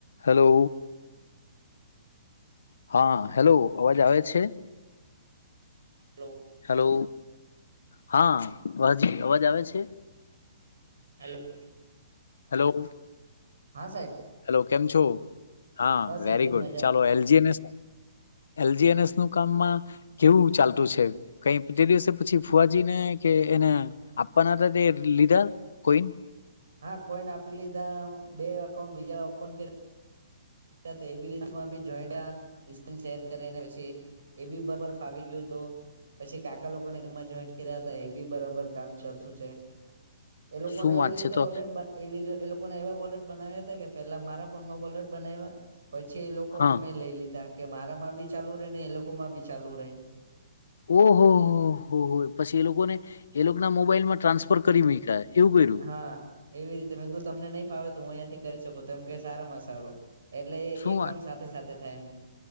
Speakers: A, on the left (about 70°); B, on the right (about 80°).
A: Hello હા, hello અવાજ આવે છે?
B: હલો
A: હેલો હા, અવાજ -અવાજ આવે છે?
B: હલો
A: હેલો
B: હા સાહેબ
A: હેલો કેમ છો? હા,
B: બસ
A: વેરી
B: એકદમ
A: ગુડ
B: મજા
A: ચાલો એલજી અને એલજી એનએસ નું કામમાં કેવું ચાલતું છે? કઈ બીજે દિવસે પછી ફુવાજીને કે એને આપવાના હતા તે લીધા કોઈ?
B: હા કોઈને આપી લીધા બે અકાઉન્ટ બીજા ઓપન કર્યા <unintelligible> એવી રીત ના ભી જોયડા ઈસ્ક્રીન શેર કરીને પછી એ બી બરબર ફાવી ગયો તો? પછી કાકા લોકોને એમાં જોઈન્ટ કર્યા હતા એ બી બરાબર કામ ચાતું છે. એ લોકોને
A: શું વાત
B: એવી રીતે
A: છે તો
B: વોલેટબ એવી લ્યો એ લોકોને એવા વોલેટ બનાવ્યા હતા કે પેલા મારા ફોનમાં વોલેટ બનાવ્યા પછી એ લોકોમાં
A: હા
B: મેં લઈ લીધા કે મારા માં બી ચાલુ રે ને એ લોકો માં બી ચાલુ રેય.
A: ઓહ! હો, હો, હો! પછી એ લોકોને? એ લોકો ના મોબાઈલમાં ટ્રાન્સફર કરી મહી કા એવું કર્યું
B: હા એવી રીતે મેં તમને નહીં ફાવે તો હું અહીંથી કરી શકું ત કે સારામાં સારું. એટલે
A: શું
B: એ
A: વાત
B: કામ સાથે, સાથે થાય એમ